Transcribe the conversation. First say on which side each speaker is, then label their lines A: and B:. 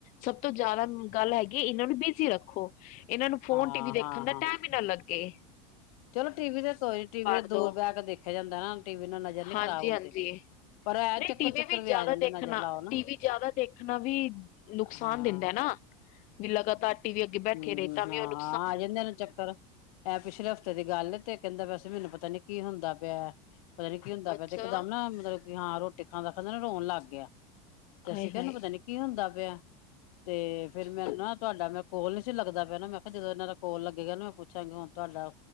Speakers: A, on the left (about 40°); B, on the left (about 70°).
A: ਸਭ ਤੋਂ ਜ਼ਿਆਦਾ ਗੱਲ ਹੈਗੀ ਇਹਨਾਂ ਨੂੰ ਬਿਜ਼ੀ ਰੱਖੋ ਇਹ ਫੋਨ
B: ਹਾਂ
A: ਟੀ ਵੀ ਦੇਖਣ
B: ਹਾਂ
A: ਦਾ
B: ਹਾਂ
A: ਟਾਈਮ ਹੀ ਨਾ ਲੱਗਦਾ। ਗੇ
B: ਚਲੋ ਟੀ ਵੀ ਤੇ ਤ ਟੀ ਵੀ ਤੇ
A: ਦੋ
B: ਦੂਰ ਬਹਿ ਕੇ ਦੇਖਿਆ ਜਾਂਦਾ ਨਾ ਟੀ ਵੀ ਨਾਲ ਨਜ਼ਰ ਨੀ
A: ਹਾਂਜੀ-ਹਾਂਜੀ
B: ਖਰਾਬ ਹੁੰਦੀ ਪਰ ਐ
A: ਨਹੀਂ
B: ਚੱਕਰ
A: ਟੀ
B: ਚੁੱਕਰ
A: ਜ਼ਿਆਦਾ
B: ਵੀ ਆ ਜਾਂਦੇ
A: ਦੇਖਣਾ
B: ਨਜ਼ਰ ਲਾਓ ਨਾ
A: ਟੀ ਵੀ ਜ਼ਿਆਦਾ ਦੇਖਣਾ ਵੀ ਨੁਕਸਾਨ
B: ਹਾਂ
A: ਦਿੰਦਾ ਨਾ ਵੀ ਲਗਾਤਾਰ ਟੀ ਵੀ ਅੱਗੇ ਬੈਠੇ
B: ਹੂੰ
A: ਰਹੇ ਤਾਂ ਵੀ
B: ਹਾਂ
A: ਉਹਨੂੰ
B: ਹਾਂ ਆ ਜਾਂਦੇ ਨੂੰ ਚੱਕਰ ਐ ਪਿਛਲੇ ਹਫ਼ਤੇ ਦੀ ਗੱਲ ਤੇ ਕਹਿੰਦਾ ਵੈਸੇ ਮੈਨੂੰ ਪਤਾ ਪਤਾ ਨਹੀਂ ਕੀ ਹੁੰਦਾ ਪਿਆ ਪਤਾ ਨੀ ਕੀ ਹੁੰਦਾ
A: ਅੱਛਾ।
B: ਪਿਆ ਤੇ ਇੱਕਦਮ ਨਾ ਮਤਲਬ ਹਾਂ ਰੋਟੀ ਖਾਂਦਾ ਖਾਂਦਾ ਨਾ ਰੋਣ ਲੱਗ ਗਿਆ ਤੇ
A: ਹਾਏ
B: ਅਸੀਂ ਕਿਹਾ
A: ਹਾਏ।
B: ਏਨੂੰ ਪਤਾ ਨੀ ਕੀ ਹੁੰਦਾ ਪਿਆ ਤੇ ਫੇਰ ਮੈਨੂੰ ਨਾ ਤੁਹਾਡਾ ਮੈਂ ਕੋਲ ਨੀ ਸੀ ਲੱਗ ਪਿਆ ਨਾ ਮੈਂ ਕਿਹਾ ਜਦੋਂ ਇਹਨਾਂ ਦਾ ਕੋਲ ਲੱਗੇਗਾ ਨੂੰ ਮੈਂ ਪੁੱਛਾਂਗੀ ਹੁਣ ਤੁਹਾਡਾ